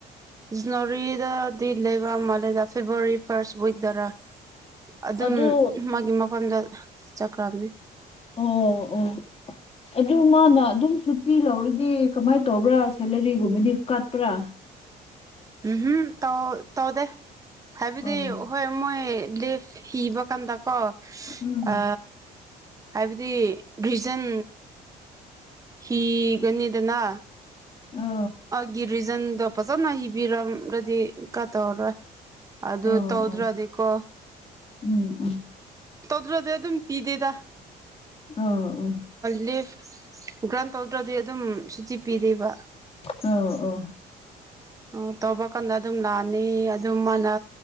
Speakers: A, on the right; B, on the left.
A: ꯖꯅꯋꯥꯔꯤꯗꯗꯤ ꯂꯩꯕ ꯃꯥꯜꯂꯦꯗ ꯐꯦꯕꯋꯥꯔꯤ ꯐꯥꯔꯁ ꯋꯏꯗꯔ ꯑꯗꯨꯝ
B: ꯑꯗꯨ
A: ꯃꯥꯒꯤ ꯃꯐꯝꯗ ꯆꯠꯈ꯭ꯔꯕꯅꯤ
B: ꯑꯣ ꯑꯣ ꯑꯗꯨ ꯃꯥꯅ ꯑꯗꯨꯝ ꯁꯨꯇꯤ ꯂꯧꯔꯗꯤ ꯀꯃꯥꯏꯅ ꯇꯧꯕ꯭ꯔꯥ ꯁꯦꯂꯔꯤꯒꯨꯝꯕꯗꯤ ꯀꯠꯄ꯭ꯔꯥ
A: ꯎꯝ ꯍꯨꯝ ꯇꯧ ꯇꯧꯗꯦ ꯍꯥꯏꯕꯗꯤ
B: ꯑꯧ
A: ꯍꯣꯏ ꯃꯣꯏ ꯂꯤꯞ ꯢꯕ ꯀꯥꯟꯗꯀꯣ
B: ꯎꯝ
A: ꯑ ꯍꯥꯏꯕꯗꯤ ꯔꯤꯖꯟ ꯍꯤꯒꯅꯤꯗꯅꯥ
B: ꯑ
A: ꯒꯤ ꯔꯤꯖꯟꯗꯣ ꯐꯖꯅ ꯍꯤꯕꯤꯔꯝꯒꯗꯤ ꯀꯥ ꯇꯧꯔꯔꯣꯏ ꯑꯗꯨ
B: ꯑꯣ
A: ꯇꯧꯗ꯭ꯔꯗꯤꯀꯣ
B: ꯑꯣ ꯎꯝ ꯎꯝ
A: ꯇꯧꯗ꯭ꯔꯗꯤ ꯑꯗꯨꯝ ꯄꯤꯗꯦꯗ
B: ꯑꯣ ꯑꯣ
A: ꯂꯤꯐ ꯒ꯭ꯔꯥꯟ ꯇꯧꯗ꯭ꯔꯗꯤ ꯑꯗꯨꯝ ꯁꯨꯇꯤ ꯄꯤꯗꯦꯕ
B: ꯎ ꯑꯣ
A: ꯑꯣ ꯇꯧꯕ ꯀꯥꯟꯗ ꯑꯗꯨꯝ ꯂꯥꯛꯑꯅꯤ ꯑꯗꯨꯝ ꯃꯥꯅ